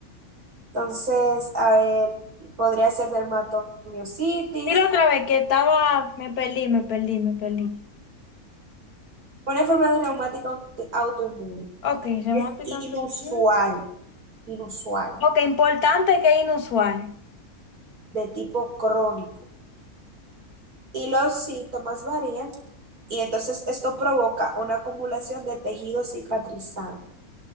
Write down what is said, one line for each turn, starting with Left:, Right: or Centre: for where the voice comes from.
Right: Entonces, a ver, podría ser dermatomiositis,
Left: Dilo otra vez que estaba, me perdí, me perdí, me perdí.
Right: una enfermedad reumática auto- autoinmune.
Left: Ok, remoto
Right: Es inusual,
Left: y campo- mm.
Right: inusual,
Left: Ok, importante que es inusual.
Right: de tipo crónico. y los síntomas varían y entonces esto provoca una acumulación de tejido cicatrizante,